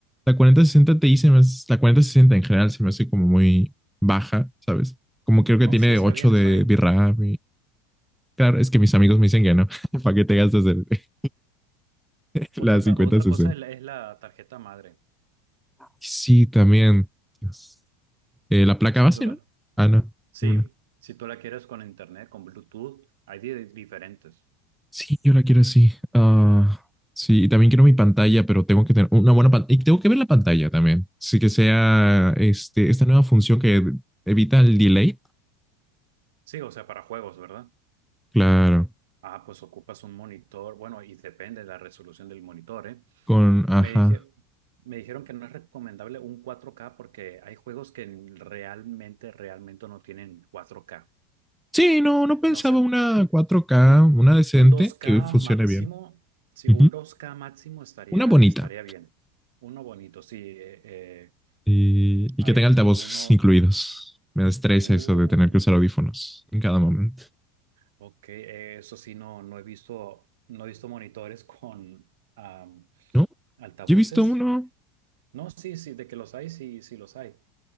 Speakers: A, in the centre; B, on the right.
A: la 40-60 Ti se me hace- La cuarenta sesenta en general se me hace como muy baja, ¿sabes? Como
B: Mm,
A: creo que
B: No,
A: tiene
B: sí está
A: 8
B: bien,
A: de
B: está bien.
A: VRAM Claro, es que mis amigos me dicen que no, <laughs> para qué te gastas el- <laughs>
B: Otra,
A: la 50-60.
B: ta- otra cosa es la, es la tarjeta madre.
A: Sí, también. Dios. Eh, la placa
B: Si
A: base,
B: tú la,
A: ¿no? Ah, no.
B: sí,
A: Bueno.
B: si tú la quieres con internet, con Bluetooth, hay di- diferentes.
A: Sí, yo la quiero así. Ah, sí, y también quiero mi pantalla, pero tengo que tener una buena pantalla. Y tengo que ver la pantalla también. Sí, que sea este, esta nueva función que evita el delay.
B: Sí, o sea, para juegos, ¿verdad?
A: Claro,
B: Ah, pues ocupas un monitor, bueno, y depende de la resolución del monitor, ¿eh?
A: con, ajá.
B: Me dije, me dijeron que no es recomendable un cuatro k porque hay juegos que realmente, realmente no tienen cuatro k
A: Sí, no, no pensaba
B: No sé,
A: una 4K,
B: Un,
A: una decente
B: un dos k
A: que funcione
B: máximo,
A: bien.
B: sí,
A: Ujú.
B: un dos k máximo estaría,
A: Una bonita.
B: estaría bien. Uno bonito, sí. eh, eh,
A: Y, y
B: al-
A: que tenga altavoces
B: algunos,
A: incluidos. Me estresa
B: uh,
A: eso de tener que usar audífonos en cada momento.
B: ok, eh, eso sí, no, no he visto, no he visto monitores con am,
A: No,
B: altavoces.
A: yo he visto uno,
B: No, sí, sí, de que los hay, sí, sí los hay.